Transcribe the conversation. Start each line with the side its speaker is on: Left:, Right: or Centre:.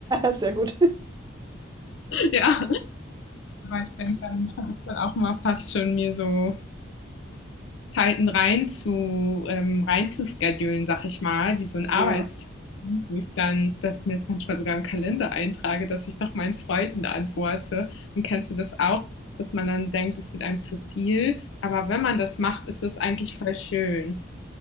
Right: <laughs> Sehr gut.
Left: Ja, aber ich denke, dann versuche dann auch mal fast schon mir so Zeiten rein zu ähm, rein zu schedulen, sag ich mal, wie so ein Arbeitstier.
Right: Ja,
Left: mich dann, dass ich mir das manchmal sogar im Kalender eintrage, dass ich noch meinen Freunden antworte. Und kennst du das auch, dass man dann denkt, es wird einem zu viel? Aber wenn man das macht, ist das eigentlich voll schön.